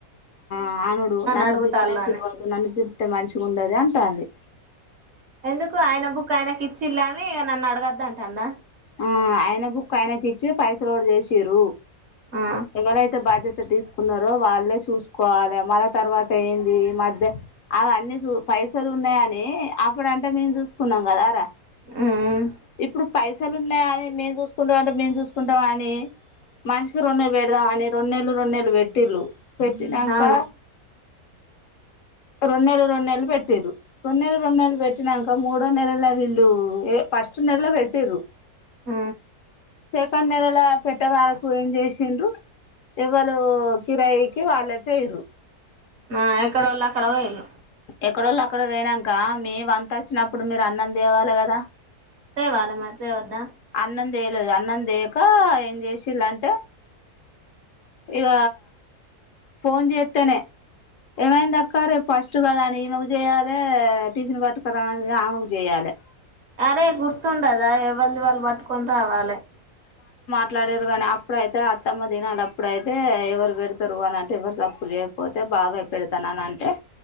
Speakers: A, on the left; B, on the right.
A: ఆ ఆనుడు నన్ను
B: అడుగుతాళ్ళు
A: పిలవనే పిలవద్దు
B: అని
A: నన్ను పిళ్తే మంచిగా ఉండది అంటాంది
B: ఎందుకు ఆయన బుక్ ఆయనకి ఇచ్చిలా అని నన్ను అడగద్దంట అందా.
A: ఆ ఆయన బుక్ ఆయనకి ఇచ్చి పైస లోడ్ చేసిరు
B: ఆ
A: ఎవరైతే బాజె తీసుకున్నారో వాళ్ళే చూసుకోవాలి. మళ్ళ తర్వాత ఏంది మధ్య అవి అన్నీ చూ పైసలు ఉన్నాయ అని, అప్పుడ అంటే మేము చూసుకున్నాం కదార.
B: ఉమ్
A: ఇప్పుడు పైస మసలు ఉన్నాయి అని మేము చూసుకుంటా అంటే, మేము చూసుకుంటాం. అని మనిషి రెండు నేలలు పెడదాం అని రెంనేళ్లు రెండు నేలలు పెట్టిళ్ళు. పెట్టినంకా
B: అవును
A: రెండు నెల్లు రెంనెల్లు పెట్టిరు రెంనెల్లు రెంనెల్లు పెట్టినాంక మూడో నెలలో ఇల్ ఫస్ట్ నెల పెట్టిర్రు.
B: ఆ
A: సెకండ్ నెలల పెట్టే వాళ్ళకు ఏం చేసిండ్రు. ఎవలు కిరాయికి వాళ్ళ పోయరు.
B: ఆ ఎక్కడ వళ్ళు అక్కడ పోతున్రు
A: ఎక్కడోళ్ళు అక్కడ పోయినాక మీ వంత వచ్చినప్పుడు మీరు అన్నం తేవాలి కదా!
B: తేవాళ్ళ మరి తెవద్దా
A: అన్నం అన్నం చేక ఏం చేసిలాంటే ఇక ఫోన్ చేత్తేనే ఏమైంది అక్క రేపు ఫస్ట్ చటు కద అని ఈమెకు చేయాలి టిఫిన్ పట్టుకరా అని ఆమెకు చేయాలి
B: అరే గుర్తుంటదా వళ్ళ వాళ్ళు పట్టుకొని రావాలే
A: మాట్లాడేరు కానీ అప్పుడైతే అత్తమ్మ దినాల అప్పుడైతే ఎవరు పెడతారు. అని అంటే ఎవరు తప్పులు చేయకపోతే బాబయి పెడతానని అంటే,